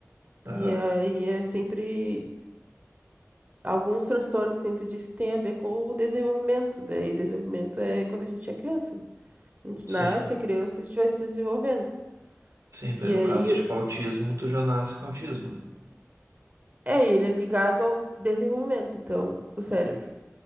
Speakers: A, on the right; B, on the right.
A: Aham.
B: E aí é sempre Alguns transtornos que a gente disse tem a ver com o desenvolvimento. Daí, desenvolvimento é quando a gente é criança. né? A gente
A: Sim,
B: nasce, é criança, a gente vai se desenvolvendo.
A: sim.
B: E
A: bem, No
B: aí,
A: caso, tipo, autismo, tu já nasce com autismo, né?
B: é, ele é ligado ao desenvolvimento, então, do cérebro.